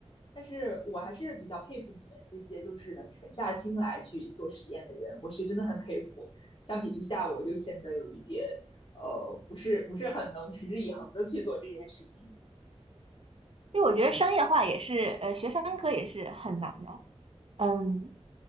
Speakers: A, on the left; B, on the right.
A: 但是我还是比较佩服你们这些就是能沉下心来去做实验的人，我是真的很佩服。相比之下，我就显得有一点呃，不是不是很能持之以恒的去做这件事情。
B: 因为我觉得商业化也是，呃，学商科也是很难的。
A: 嗯，
B: 嗯，